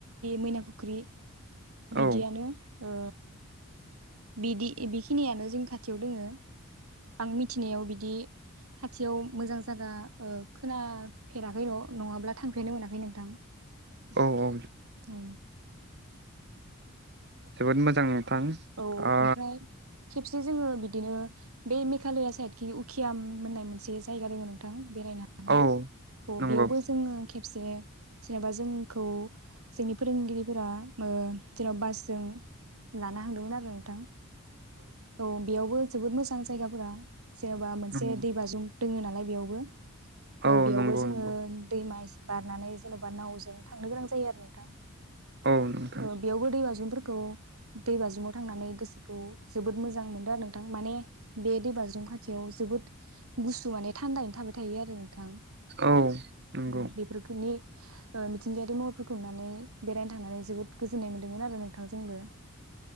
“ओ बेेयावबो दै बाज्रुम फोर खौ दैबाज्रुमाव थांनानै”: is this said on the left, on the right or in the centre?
Right